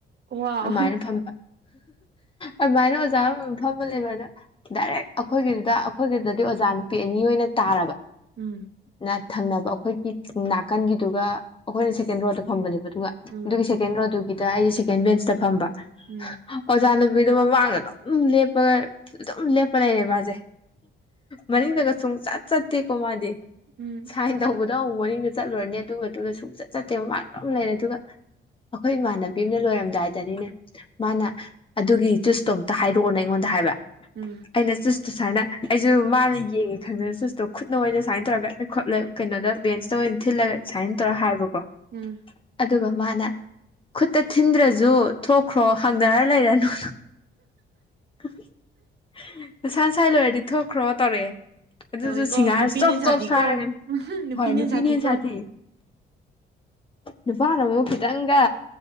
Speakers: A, on the right; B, on the left.
A: ꯋꯥꯎ
B: ꯑꯗꯨꯃꯥꯏꯅ ꯐꯝꯕ ꯑꯗꯨꯃꯥꯏꯅ ꯑꯣꯖꯥ ꯑꯃꯝ ꯐꯃ ꯂꯩꯕ ꯑꯗ ꯗꯥꯏꯔꯦꯛ ꯑꯩꯈꯣꯏꯒꯤꯗꯨꯗ ꯑꯩꯈꯣꯏꯒꯤꯗꯗꯤ ꯑꯣꯖꯥ ꯅꯨꯄꯤ ꯑꯅꯤ ꯑꯣꯏꯅ ꯇꯥꯔꯕ
A: ꯎꯝ
B: ꯅ ꯊꯪꯅꯕ ꯑꯩꯈꯣꯏꯒꯤ ꯅꯥꯀꯟꯒꯤꯗꯨꯒ ꯑꯩꯈꯣꯏꯅ ꯁꯦꯀꯦꯟ ꯔꯣꯗ ꯐꯝꯕꯅꯦꯕ ꯑꯗꯨ ꯑꯗꯨꯒ
A: ꯎꯝ
B: ꯑꯗꯨꯒꯤ ꯁꯦꯀꯦꯟ ꯔꯣ ꯑꯗꯨꯒꯤ ꯗ ꯑꯩꯁꯦ ꯁꯦꯀꯦꯟ ꯕꯦꯟꯁꯇ ꯐꯝꯕ
A: ꯎꯝ
B: ꯑꯣꯖꯥꯅꯨꯄꯤ ꯑꯗꯨꯒꯤꯗꯣ ꯃꯃꯥꯡꯗ ꯑꯗꯨꯝ ꯂꯦꯞꯄꯒ ꯑꯗꯨꯝ ꯂꯦꯞꯄ ꯂꯩꯔꯦ ꯃꯥꯁꯦ ꯃꯅꯤꯡꯗꯒ ꯁꯨꯡ ꯆꯠ ꯁꯠꯇꯦꯀꯣ ꯃꯥꯗꯤ ꯁꯥꯏꯟ
A: ꯎꯝ
B: ꯇꯩꯕ ꯂꯧ ꯃꯅꯤꯡꯗ ꯆꯠꯂꯨꯔꯅꯤ ꯑꯗꯨ ꯃꯇꯨꯡꯗ ꯁꯨꯡꯆꯠ ꯆꯠꯇꯦꯕ ꯃꯥ ꯑꯗꯨꯝ ꯂꯩꯔꯦ ꯑꯗꯨꯒ ꯑꯩꯈꯣꯏ ꯏꯃꯥꯟꯅꯕꯤ ꯑꯃꯅ ꯂꯣꯏꯔꯝꯗꯥꯋꯥꯏꯗꯅꯤꯅꯦ ꯃꯥꯅ ꯑꯗꯨꯒꯤ ꯆꯨꯁꯇꯣꯝ ꯑꯝꯇ ꯍꯥꯏꯔꯛꯑꯣꯅꯦ ꯑꯩꯉꯣꯟꯗ ꯍꯥꯏꯕ
A: ꯎꯝ
B: ꯑꯩꯅ ꯆꯨꯁꯠ ꯁꯨꯃꯥꯏꯅ ꯑꯩꯁꯨ ꯃꯥꯅ ꯌꯦꯡꯉꯦ ꯈꯪꯗꯗ ꯁꯨꯠ ꯗꯣ ꯈꯨꯠꯅ ꯑꯣꯏꯅ ꯁꯨꯃꯥꯏꯅ ꯇꯧꯔꯒꯥ ꯈꯣꯠꯂꯦ ꯀꯩꯅꯣꯗꯥ ꯕꯦꯟꯁꯇ ꯑꯣꯏꯅ ꯊꯤꯜꯂꯒ ꯁꯨꯃꯥꯏꯟ ꯇꯧꯔ
A: ꯎꯝ
B: ꯍꯥꯏꯕꯀꯣ
A: ꯎꯝ
B: ꯑꯗꯨꯒ ꯃꯥꯅ ꯈꯨꯠꯇ ꯊꯤꯟꯗ꯭ꯔꯁꯨ ꯊꯣꯛꯈ꯭ꯔꯣ ꯍꯪꯅꯔꯒ ꯂꯩꯔꯅꯨ <inaudible> ꯅꯁꯥ ꯅꯁꯥꯒꯤ ꯂꯣꯏꯔꯗꯤ ꯊꯣꯛꯈ꯭ꯔꯣ ꯇꯧꯔꯛꯑꯦ ꯑꯗꯨꯁꯨ
A: ꯇꯧꯋꯤꯀꯣ
B: ꯁꯤꯡꯍꯥꯔ
A: ꯅꯨꯄꯤꯅ
B: ꯆꯣꯞ
A: ꯍꯦꯟꯅ
B: ꯆꯣꯞ
A: ꯁꯤꯊꯤꯀꯣ
B: ꯁꯥꯔꯒꯅꯤ
A: ꯎꯝꯍꯨ ꯅꯨꯄꯤꯅꯦ
B: ꯍꯣꯏ ꯅꯨꯄꯤꯅ
A: ꯍꯦꯟꯅ ꯁꯥꯊꯤꯀꯣ
B: ꯁꯥꯊꯤ ꯅꯨꯄꯥꯅ ꯑꯃꯨꯛ ꯈꯤꯇꯪꯒ